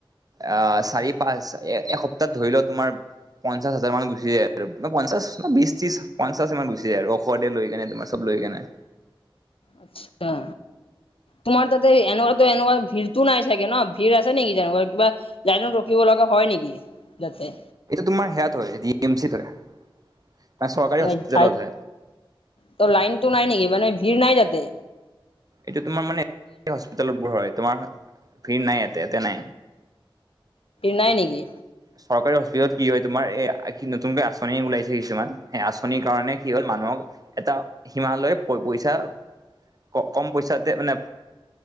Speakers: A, on the right (about 40°); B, on the left (about 80°).
A: আহ চাৰি পাঁচ এ এসপ্তাহ ধৰি লও তোমাৰ পঞ্চাশ হাজাৰ মান গুচি যায় আৰু ন পঞ্চাশ ন বিশ ত্ৰিশ পঞ্চাশ মান গুচি যায় ঔষধে লৈ কেনে তোমাৰ চব লৈকেনে
B: আচ্ছা তোমাৰ তাতে এনেকুৱা এনেকুৱা ভিৰতো নাই চাগে ন? ভিৰ আছে নেকি যেনেকুৱা কিবা লাইনত ৰখি লগা হয় নেকি যাতে?
A: এইটো তোমাৰ সেয়াত হয় জি এম চিত হয়। চৰকাৰী
B: নে
A: হস্পিতেলতে।
B: ঠাইত ত লাইনতটো নাই নেকি মানে ভিৰ নাই যাতে?
A: এইটো তোমাৰ মানে হস্পিতালবোৰত হয়, তোমাৰ ভিৰ নাই ইয়াতে তেনে।
B: নাই নিকি?
A: চৰকাৰী হস্পিতালত কি হয় তোমাৰ এ কি নতুনকৈ আঁচনি ওলাইছে কিছুমান সেই আঁচ থনিৰ কাৰণে কি হ'ল মানুহক এটা হিমালয় প- পইচা ক -কম পইচাতে মানে